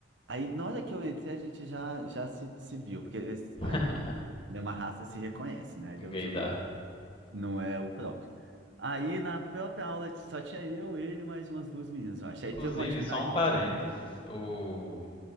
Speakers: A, on the right; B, on the left.
A: aí na hora que eu entrei, a gente já, já se, se viu, porque eles-
B: <laughs>
A: a mesma raça se reconhece, né? Aí
B: Gaydar.
A: deu, outro, "Hã? não é o próprio. Aí na própria aula só tinha eu, ele e mais umas duas meninas, eu acho.
B: Inclusive,
A: Aí teve uma atividade.
B: só um parênteses, o,